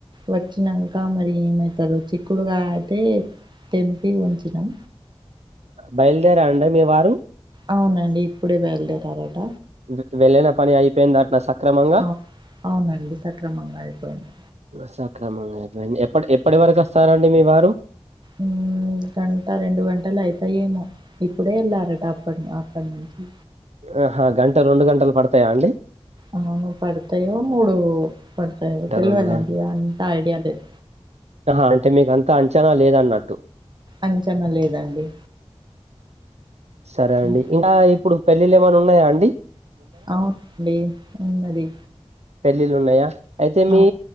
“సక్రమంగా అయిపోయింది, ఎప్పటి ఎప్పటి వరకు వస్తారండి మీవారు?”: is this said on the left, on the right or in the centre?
Right